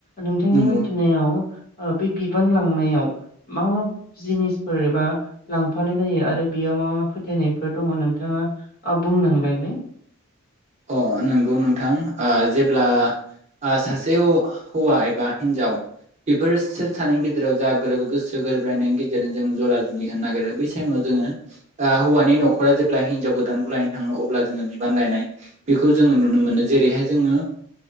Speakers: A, on the left; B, on the right.
A: नोंथांनि
B: नंगौ
A: मिथिनायाव बे बिबान लांनायाव मा मा जिनिसफोर एबा लांफानाय जायो आरो बेयाव मा मा फोथायनायफोर दङ नोंथाङा आ बुं नांलाय बे
B: अ नंगौ नोंथां। आ जेब्ला आ सासे हौवा एबा हिनजाव। बेफोर सोर सानैनि गेजेराव जा गोरोब गोसो गोरोबलायनायनि गेजेरजों जों जरा जुलि होनो नागिरो बैसोर बै टाइमाव जोङो हौवानि न'खरा जेब्ला हिनजाव गोदानखौ लायनो थाङो अब्ला जोङो बिबान लायनाय। बेखौ जोङो नुनो मोनो जेरैहाय जोङो